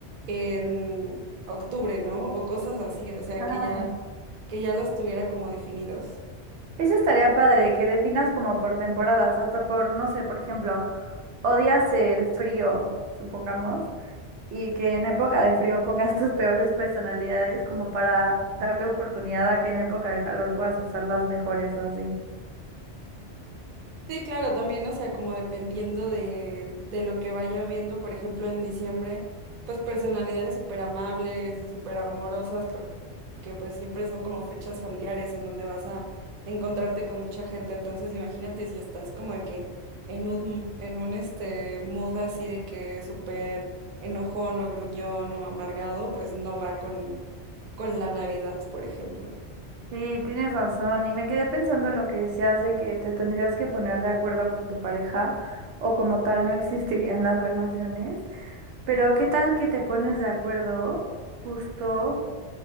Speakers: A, on the right; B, on the right.
A: en octubre, ¿no? O cosas así, o sea,
B: Ah,
A: que ya, que ya los tuviera como definidos.
B: Eso estaría padre, que definas como por temporadas, hasta por, no sé, por ejemplo, odias el frío, supongamos, y que en época de frío pongas <laughs> tus peores personalidades como para darle oportunidad a que en época de calor puedas usar las mejores o así.
A: Sí, claro, también, o sea, como dependiendo de, de lo que vaya viendo, por ejemplo, en diciembre, pues personalidades súper amables y súper amorosas, que pues siempre son como fechas familiares en donde vas a encontrarte con mucha gente. Entonces imagínate si estás como de que en un, en un este mood así de que súper enojón o gruñón o amargado, pues no va con, con la Navidad, por ejemplo.
B: Sí, tienes razón. Y me quedé pensando lo que decías de que te tendrías que poner de acuerdo con tu pareja o como tal no existirían las relaciones. Pero ¿qué tal que te pones de acuerdo justo